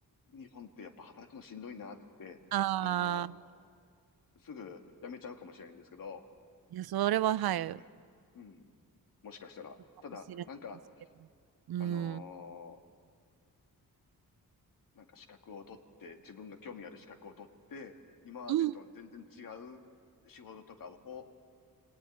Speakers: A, on the left; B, on the right.
A: 日本ってやっぱ働くのしんどいなって言って、
B: ああ、
A: あの、すぐ辞めちゃうかもしれないんですけど、
B: いや、それは、はい、
A: ねうん。もしかしたら。
B: かもしれないですけど。
A: ただ、なんか、
B: うん。
A: あのーなんか資格を取って、自分が興味ある資格を取って、今までと全然違う仕事とかを、
B: うん。